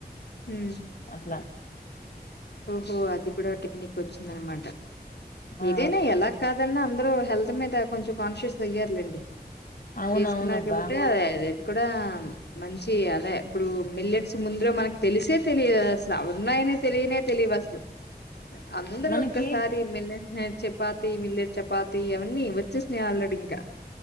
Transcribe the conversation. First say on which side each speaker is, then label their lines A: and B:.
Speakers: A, on the left; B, on the left.
A: హ్మ్
B: అట్ల
A: ఓహో అది కూడా టెక్నిక్ ఓచ్చిందనమాట.
B: ఆ
A: ఏదైనా ఎలా కాదన్నా అందరూ హెల్త్ మీద కొంచం కాన్షియస్ అయ్యారులేండి.
B: అవునవునబ్బా
A: చేసుకున్నారు కాబట్టి ఏ కూడా మంచి అదే ఇప్పుడు మిల్లెట్స్ ముందలా మనకు తెలిసే తెలియా అస్ల ఉన్నాయనే తెలియనే తెలివు అసలు అందరు
B: మనకి
A: ఒక్కసారి మిల్లెట్ చపాతి మిల్లెట్ చపాతి అవన్నీ వచ్చేసినాయి ఆల్రెడి ఇంకా